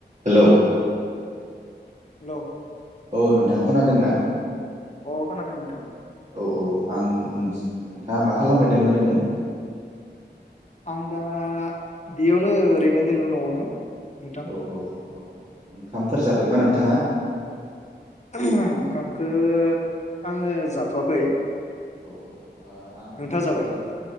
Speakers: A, on the right (about 40°); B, on the left (about 40°).
A: Hello
B: hello
A: औ नोंथां खोनादों ना?
B: अ' खोनादों नोंथां।
A: औ औ आं नोंथाङा मा खालामबायदों ओरैनो?
B: आं दा बेयावनो ओरैनो दोंङो न'आवनो। नोंथां
A: औ औ औ ओंखामफोर जाबायबा नोंथाङा
B: ओंखामखौ आङो जाथ'वाखै
A: औ औ आं
B: नोंथाङा
A: नोंथांजों
B: जाबाय